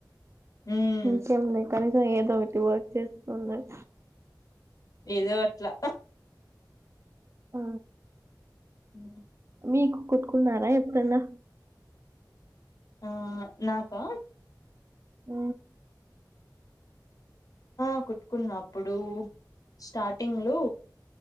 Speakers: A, on the left; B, on the right.
A: <inaudible>
B: ఇంకేం లే కనీసం ఏదో ఒకటి వర్క్ చేస్తూన్నావ్
A: ఏదో అట్లా
B: ఆ
A: ఉ
B: మీకు కుట్టుకున్నారా ఎప్పుడన్నా
A: ఆ నాకా
B: ఊ
A: ఆ కుట్టుకున్న అప్పుడు స్టార్టింగ్ లో